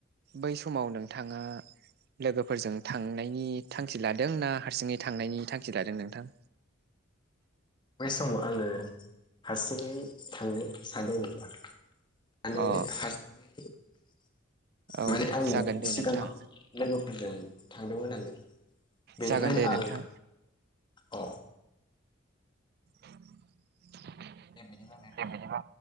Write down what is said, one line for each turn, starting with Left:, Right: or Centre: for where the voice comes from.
Right: बै समाव नोंथाङा लोगोफोरजों थांनायनि थांखि लादों ना हारसिङै थांनायनि थांखि लादों नोंथां?
Left: बै समाव आङो हारसिङै थांनो सानदों नोंथां। माने
Right: अ
Left: हारसिङै
Right: औ
Left: माने आङो
Right: जागोन दे
Left: सिगाङाव
Right: नोंथां
Left: लोगोफोरजों थांदोंमोन आरो बेनिखायनो
Right: जागोन दे
Left: आं
Right: नोंथां
Left: अ
Right: <inaudible>
Left: बे बिदिब्ला नोंथां।
Right: दे बिदिबा